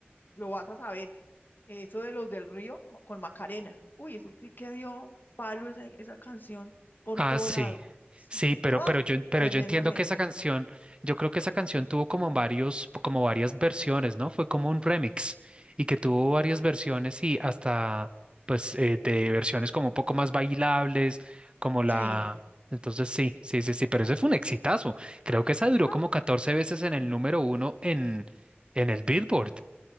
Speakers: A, on the left; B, on the right.
A: lo vas a saber. Eso de los del río no, con Macarena. Uy, eso sí que dio palo esa, esa canción por
B: Ah,
A: todo
B: sí.
A: lado. Sí.
B: Sí, pero,
A: ¡Ah!
B: pero yo, pero
A: Tremendamente.
B: yo entiendo que esa canción, yo creo que esa canción tuvo como varios, como varias versiones, ¿no? Fue como un remix y que tuvo varias versiones y hasta, pues, eh, de versiones como un poco más bailables, como la...
A: Sí.
B: Entonces sí, sí, sí, sí, pero ese fue un exitazo. Creo que esa duró
A: no
B: como 14 veces en el número uno en, en el Billboard.